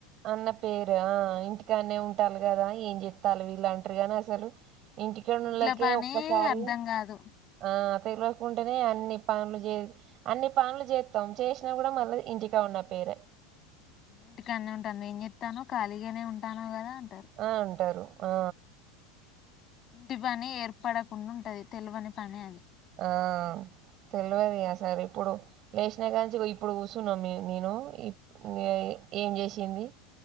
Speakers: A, on the right; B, on the left.
A: అన్న పేరు ఆ ఇంటికాన్నె ఉంటాలు కదా ఏం జేత్తాలు వీళ్ళు అంటారు గాని అస్సలు ఇంటికనుళ్ళకే
B: ఇంట్లో పని
A: ఒక్కసారి
B: అర్ధం కాదు
A: ఆ తెగులు ఎక్కువ ఉంటేనే అన్ని పనులు జే అన్ని పనులు జేత్తం చేసినా కూడా మళ్ళీ ఇంటికా ఉన్న పేరే
B: ఇంటికడ్నె ఉంటనవ్ ఏం జేత్తనవ్ ఖాళీగానే ఉంటానవ్ కదా అంటారు
A: ఆ అంటారు ఆ
B: ఇంటి పని ఏర్పడకుండా ఉంటది తెలవని పని అది
A: ఆ తెల్వది ఇగ ఆ సరి ఇప్పుడు లేసిన గాంచి ఇగో ఇప్పుడు కూర్చున్నాం మే నేను ఏయ్ ఏం చేసింది.